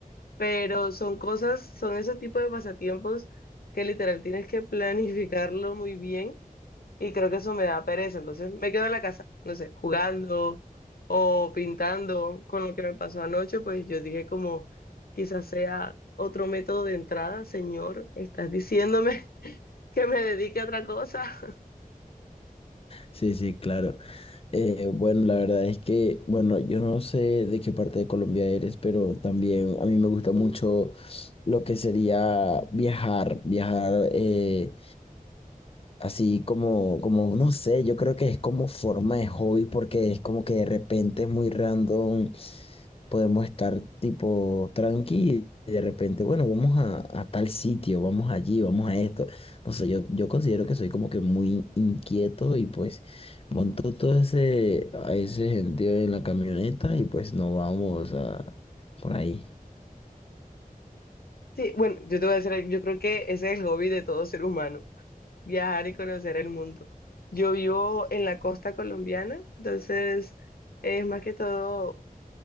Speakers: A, on the left; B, on the left.
A: pero son cosas, son ese tipo de pasatiempos que literal tienes que <laughs> planificarlo muy bien y creo que eso me da pereza. Entonces me quedo en la casa, no sé, jugando o pintando con lo que me pasó anoche. Pues yo dije como, quizás sea otro método de entrada, señor. Estás diciéndome <laughs> que me dedique a otra cosa. <laughs>
B: Sí, sí, claro. Eh, bueno, la verdad es que, bueno, yo no sé de qué parte de Colombia eres, pero también a mí me gusta mucho lo que sería viajar, viajar. eh, Así como, como, no sé, yo creo que es como forma de hobby porque es como que de repente es muy random, podemos estar tipo tranqui y de repente, bueno, vamos a, a tal sitio, vamos allí, vamos a esto. No sé, yo, yo considero que soy como que muy inquieto y pues monto todo ese, a ese sentido en la camioneta y pues nos vamos a, por ahí.
A: Sí, bueno, yo te voy a decir, algo, yo creo que ese es el hobby de todo ser humano, viajar y conocer el mundo. Yo vivo en la costa colombiana, entonces es más que todo